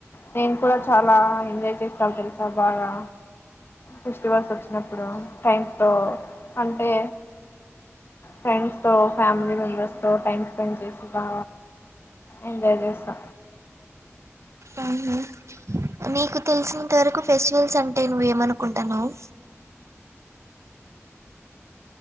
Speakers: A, on the left (about 50°); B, on the right (about 70°).
A: నేను కూడా చాలా ఎంజాయ్ చేస్తం తెలుసా బాగా ఫిస్టివల్స్ వచ్చినప్పుడు ఫ్రెండ్స్ తో అంటే ఫ్రెండ్స్ తో ఫ్యామిలీ మెంబెర్స్ తో టైమ్ స్పెండ్ చేస్తా ఎంజాయ్ చేస్తా
B: అవునా నీకు తెలిసినంత వరకు ఫెస్టివల్స్ అంటే నువ్వు ఏమనుకుంటన్నవు